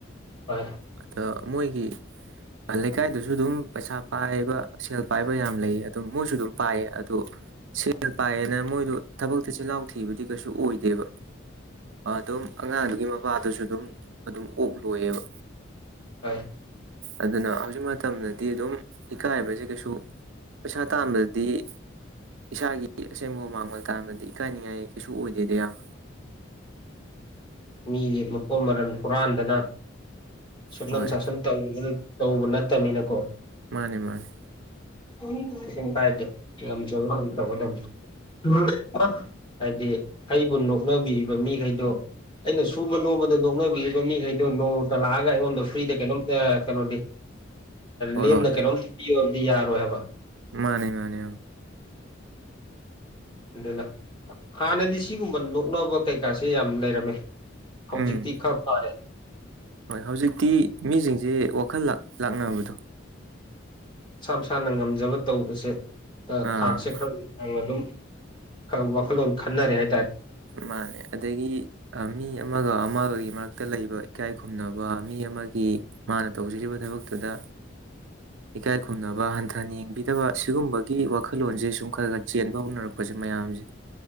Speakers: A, on the left; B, on the right.
A: ꯍꯣꯏ
B: ꯑꯗ ꯃꯣꯏꯒꯤ ꯂꯩꯀꯥꯏꯗꯁꯨ ꯑꯗꯨꯝ ꯄꯩꯁꯥ ꯄꯥꯏꯕ ꯁꯦꯜ ꯄꯥꯏꯕ ꯌꯥꯝ ꯂꯩ ꯑꯗꯨꯝ ꯃꯣꯏꯁꯨ ꯑꯗꯨꯝ ꯄꯥꯏꯌꯦ ꯑꯗꯨ ꯁꯦꯜ ꯄꯥꯏꯌꯦꯅ ꯃꯣꯏꯗꯣ ꯊꯕꯛꯇ ꯆꯤꯜꯍꯥꯎ ꯊꯤꯕꯗꯤ ꯀꯩꯁꯨ ꯑꯣꯏꯗꯦꯕ ꯑꯗꯨꯝ ꯑꯉꯥꯡꯗꯨꯒꯤ ꯃꯄꯥꯗꯨꯁꯨ ꯑꯗꯨꯝ ꯑꯗꯨꯝ ꯑꯣꯛ ꯂꯣꯏꯌꯦꯕ
A: ꯑꯥ
B: ꯑꯗꯨꯅ ꯍꯧꯖꯤꯛ ꯃꯇꯝꯗꯗꯤ ꯑꯗꯨꯝ ꯏꯀꯥꯏꯕꯖꯤ ꯀꯩꯁꯨ ꯄꯩꯁꯥ ꯇꯥꯟꯕꯗꯗꯤ ꯏꯁꯥꯒꯤ ꯑꯁꯦꯡꯕ ꯍꯨꯃꯥꯡ ꯃꯟ ꯇꯥꯟꯕꯗꯤ ꯏꯀꯥꯏꯅꯤꯡꯉꯥꯏ ꯀꯩꯁꯨ ꯑꯣꯏꯗꯦꯗ ꯏꯌꯥꯝ
A: ꯃꯤꯒꯤ ꯃꯄꯣꯠ ꯃꯔꯜ ꯍꯨꯔꯥꯟꯗꯅ ꯁꯨꯞꯅꯝ
B: ꯍꯣꯏ
A: ꯁꯥꯁꯟ ꯇꯧꯗꯅ ꯇꯧꯕ ꯅꯠꯇꯕꯅꯤꯅꯀꯣ
B: ꯃꯥꯅꯦ ꯃꯥꯅꯦ
A: ꯀꯩꯝ ꯀꯥꯏꯗꯣ ꯉꯝꯖꯕꯗꯣ ꯗꯨꯝ ꯇꯧꯒꯗꯧꯅꯤ ꯍꯥꯏꯗꯤ ꯑꯩꯕꯨ ꯅꯣꯛꯅꯕꯤꯔꯤꯕ ꯃꯤꯈꯩꯗꯣ ꯑꯩꯅ ꯁꯨꯕ ꯅꯣꯃꯕꯗ ꯅꯣꯛꯅꯕꯤꯔꯤꯕ ꯃꯤꯈꯩꯗꯣ ꯅꯣꯡꯃꯇ ꯂꯥꯛꯑꯒ ꯑꯩꯉꯣꯟꯗ ꯐ꯭ꯔꯤꯗ ꯀꯩꯅꯣꯝ ꯑꯥ ꯀꯩꯅꯣꯗꯤ
B: ꯍꯣꯏ
A: ꯂꯦꯝꯅ
B: ꯍꯣꯏ
A: ꯀꯩꯅꯣꯝꯇ ꯄꯤꯌꯣ ꯍꯥꯏꯕꯗꯤ ꯌꯥꯔꯣꯏ ꯍꯥꯏꯕ
B: ꯃꯥꯅꯦ ꯃꯥꯅꯦ ꯑꯝ
A: ꯑꯗꯨꯅ ꯍꯥꯟꯅꯗꯤ ꯁꯤꯒꯨꯝꯕ ꯅꯣꯛꯅꯕ ꯀꯩꯀꯥꯁꯦ ꯌꯥꯝ ꯂꯩꯔꯝꯃꯦ ꯍꯧꯖꯤꯛꯇꯤ
B: ꯎꯝ
A: ꯈꯔ ꯐꯔꯦ
B: ꯍꯣꯏ ꯍꯧꯖꯤꯛꯇꯤ ꯃꯤꯖꯤꯡꯖꯦ ꯋꯥꯈꯜ ꯂꯥꯛ ꯂꯥꯛꯅꯕꯗꯣ
A: ꯃꯁꯥ ꯃꯁꯥꯅ ꯉꯝꯖꯕ ꯇꯧꯕꯁꯦ ꯑ
B: ꯑꯥ
A: ꯊꯥꯛꯁꯦ ꯈꯔꯥ ꯉꯟꯅ ꯑꯗꯨꯝ ꯐꯕ ꯋꯥꯈꯜꯂꯣꯟ ꯈꯟꯅꯔꯦ ꯍꯥꯏ
B: ꯃꯥꯅꯦ ꯑꯗꯒꯤ ꯃꯤ ꯑꯃꯒ ꯑꯃꯒꯒꯤ ꯃꯔꯛꯇ ꯇ ꯂꯩꯕ ꯏꯀꯥꯏ ꯈꯨꯝꯅꯕ ꯃꯤ ꯑꯃꯒꯤ ꯃꯥꯅ ꯇꯧꯖꯔꯤꯕ ꯊꯕꯛꯇꯨꯗ ꯏꯀꯥꯏ ꯈꯨꯝꯅꯕ ꯍꯟꯊꯅ ꯌꯦꯡꯕꯤꯗꯕ ꯁꯤꯒꯨꯝꯕꯒꯤ ꯋꯥꯈꯜꯂꯣꯟꯁꯦ ꯁꯨꯝ ꯈꯔ ꯈꯔ ꯆꯦꯟꯕ ꯍꯧꯅꯔꯛꯄ ꯃꯌꯥꯝꯖꯤ